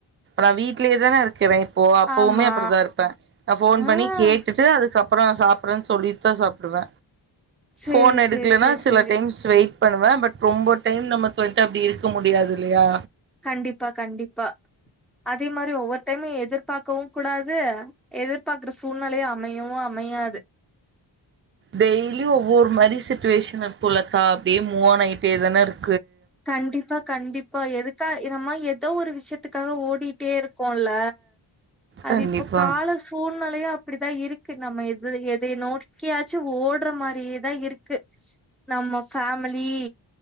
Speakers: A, on the right (about 30°); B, in the centre.
A: நா வீட்லே தானே இருக்கே <unintelligible> ஓ அப்பவுமே
B: ஆமா,
A: அப்டிதா இருப்பே நான் ஃபோன்
B: ஆ.
A: பண்ணி கேட்டுட்டு அதுக்கப் அப்றம் நா சாப்புறே சொல்லிட் தா சாப்டுவ
B: சேரி
A: ஃபோன் பண்ணி எடுக்கலன்னா
B: சேரி சேரி
A: சில
B: சேரி
A: டைம்ஸ் வெயிட் பண்ணுவ பட் ரொம்ப டைம் நமக்கு வன்ட்டு அப்டி இருக்க முடியாது இல்லையா
B: கண்டிப்பா கண்டிப்பா அதே மாரி ஒவ்வொரு டைமு எதிர்பாக்கவு கூடாது எதிர்பாக்ற சூழ்நிலையு அமையவு அமை மையாது
A: டெய்லி ஒவ்வொரு மாரி சுட்டிவேஷன் இருக்கு லக்கா அப்டியே மூவ் ஆன் ஆயிட்டே தான இருக்
B: கண்டிப்பா கண்டிப்பா எதுக்கா நம்ம ஏதோ ஒரு விஷயத்துக்காக ஓடிட்டே ருக்கோல அது
A: கண்டிப்பா
B: இப்ப கால சூழ்நிலையு அப்டிதா இருக் க்கு நம்ம எது எத நோக்கியாச்சு ஓட்ற மாரியேதா இருக்கு நம்ம ஃபேமலி